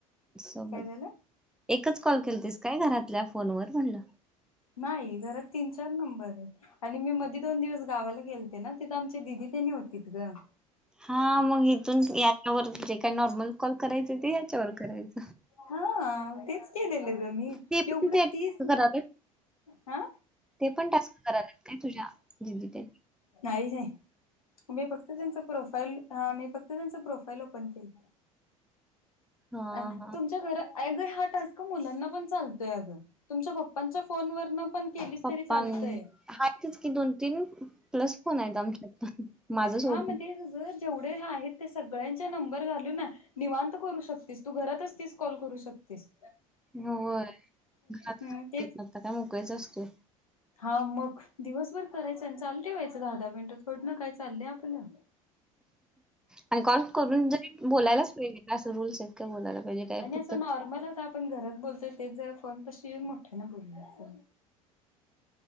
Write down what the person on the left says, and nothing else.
काय झालं
नाही घरात तीन चार नंबर आहेत. आणि मी मधी दोन दिवस गावाला गेलते ना तिथं आमचे दिदी त्यांनी होतीत ग.
हा ऽऽतेच केलेलं ग मी,
एवढं
तीस.
हा
नाही नाही मी फक्त त्यांच प्रोफाईल, हा मी फक्त त्यांच प्रोफाईल ऒपन पन केल,
अ ऽऽतुमच्या
घरात. अग हा टास्क मुलांना पण चालतोय अगं, तुमच्या पप्पांच्या फोन वरन पण. केलीस
तरी चालतंय
हा म तेच ग ेवढे आहेत ते सगळ्यां. नबंर घालून निवांत करू शकतीस, तू घरात असतीस कॉल करू शकतीस.
हम्म
तेच
हा मग दिवसभर करायचं, आणि चाल ठेवायचं दहा, दहा मिनटं थोड ना काय चाललंय आपला.
आणि
असं नॉर्मल आता आपण घरात बोलतोय. तेच जरा फोन पशी येऊन मोठे ना बोलायच